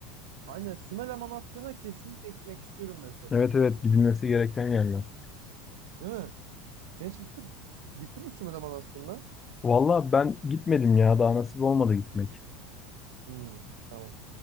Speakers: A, on the right; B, on the left.
A: Aynen Sümele Manastır'ına kesinlikle gitmek istiyorum mesela.
B: Evet evet gidilmesi gereken yerler.
A: Değil mi? Sen hiç gittin, gittin mi Sümele Manastır'ına?
B: Valla ben gitmedim ya daha nasip olmadı gitmek.
A: Hmm, tamam.